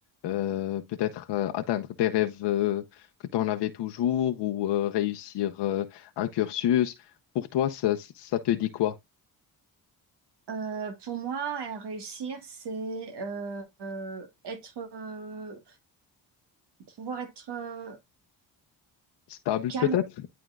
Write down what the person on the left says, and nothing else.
Euh, peut-être euh, atteindre tes rêves euh, que tu en avais toujours ou euh, réussir euh, un cursus. Pour toi, ça, ça te dit quoi?
Stable
peut-être?